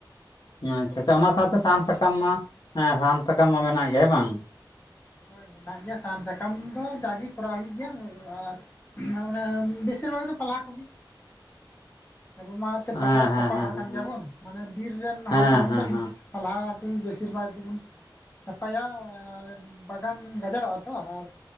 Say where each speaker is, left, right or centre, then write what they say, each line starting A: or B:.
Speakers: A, on the left (about 55°); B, on the left (about 25°).
A: ᱢᱟ ᱟᱪᱪᱷᱟ ᱟᱪᱷᱟ ᱚᱱᱟ ᱥᱟᱶᱛᱮ ᱥᱟᱦᱟᱱ ᱥᱟᱠᱟᱢ ᱢᱟ ᱮᱸ ᱥᱟᱦᱟᱱ ᱥᱟᱠᱟᱢ ᱢᱟ ᱢᱮᱱᱟᱜ ᱜᱮ ᱦᱮᱸ ᱵᱟᱝ᱾
B: ᱦᱚᱭ ᱦᱮᱱᱟᱜ ᱜᱤᱭᱟ ᱥᱟᱦᱟᱱ ᱥᱟᱠᱟᱢ ᱫᱚ ᱡᱟᱜᱤ‌ ᱠᱚᱨᱟᱣ ᱦᱩᱭᱩᱜ ᱜᱤᱭᱟ ᱩᱸ ᱟᱨᱼᱼ ᱱᱟᱣ ᱲᱟᱢ ᱵᱮᱥᱤᱨ ᱵᱷᱟᱜᱽ ᱫᱚ ᱯᱟᱞᱦᱟ ᱠᱩᱜᱤ᱾ ᱟᱹᱵᱩ ᱢᱟ ᱮᱱᱛᱮᱫ
A: ᱦᱮᱸ
B: ᱯᱟᱞᱦᱟ
A: ᱦᱮᱸ
B: ᱥᱟᱯᱟ ᱦᱚᱲ ᱠᱟᱱ ᱜᱤᱭᱟ ᱵᱩᱱ ᱢᱟᱱᱮ ᱵᱤᱨ ᱨᱮᱱ
A: ᱦᱮᱸ
B: ᱦᱚᱲ ᱠᱟᱱᱟ ᱵᱩᱱ
A: ᱦᱮᱸ
B: ᱛᱚᱼᱼ
A: ᱦᱮᱸ ᱦᱮᱸ
B: ᱯᱟᱞᱦᱟ ᱠᱩᱜᱤ ᱵᱮᱥᱤᱨ ᱵᱷᱟᱜᱽ ᱛᱤᱵᱩᱱᱼᱼ ᱥᱟᱯᱟᱭᱟ ᱟᱨ ᱻ ᱵᱟᱜᱟᱱ ᱜᱟᱡᱟᱲᱚᱜ-ᱟ ᱛᱚ ᱟᱨᱼᱼ